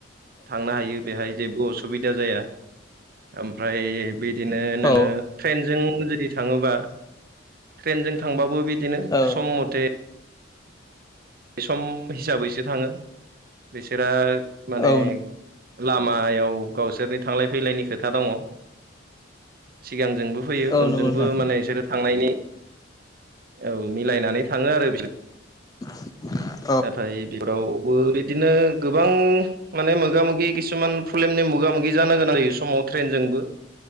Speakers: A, on the right (about 45°); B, on the left (about 20°).
A: थांनो हायो बेहाय जेबो असुबिदा जाया। ओमफ्राय बिदिनो
B: औ
A: नोङो ट्रेनजों जुदि थाङोबा ट्रेनजों थांबाबो बिदिनो
B: औ
A: सम मथे बे सम हिसाबैसो थाङो बिसोरा माने
B: औ
A: लामायाव गावसोरनि थांलाय फैलायनि खोथा दङ। सिगांजोंबो फैयो
B: औ
A: उनजोंबो
B: नंगौ नोंथां
A: माने बिसोरो थांनायनि औ मिलायनानै थाङो आरो बिसोर
B: <inaudible>
A: ओमफ्राय बेफोरावबो बिदिनो गोबां माने मोगा मोगि किसुमान प्रब्लेमनि मोगा मोगि जानांगोन आरो समाव ट्रेनजोंबो।